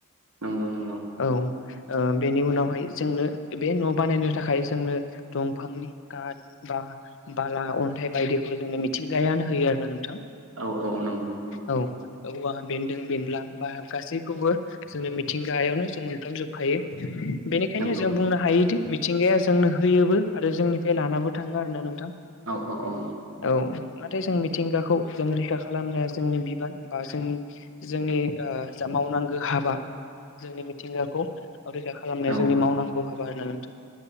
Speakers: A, on the right (about 80°); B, on the left (about 60°).
A: नंगौ नंगौ
B: औ ओ बेनि उनावहाय जोंनो बे न' बानायनो थाखाय जोंनो दंफांनि काद बा बाला, अन्थाइ बायदिखौ जोंनो मिथिंगायानो होयो आरो ना नोंथां।
A: औ औ औ नंगौ। नंगौ
B: औ औवा बेन्दों बेनला बा गासैखौबो जोंनो मिथिंगायावनो जों मोनफ्राम जोबखायो। बेनिखायनो
A: नंगौ
B: जों
A: नंगौ
B: बुंनो हायोदि मिथिंगाया जोंनो होयोबो आरो जोंनिफ्राय लानाबो थाङो आरोना नोंथां।
A: औ औ औ
B: औ नाथाय जों मिथिंगाखौ जों रैखा खालामनाया जोंनि बिबान बा जोंनि जोंनि ओ जा मावनांगौ हाबा जोंनि मिथिंगाखौ रैखा खालामनाया
A: औ
B: जोंनि मावनांगौ हाबा होनना नोंथां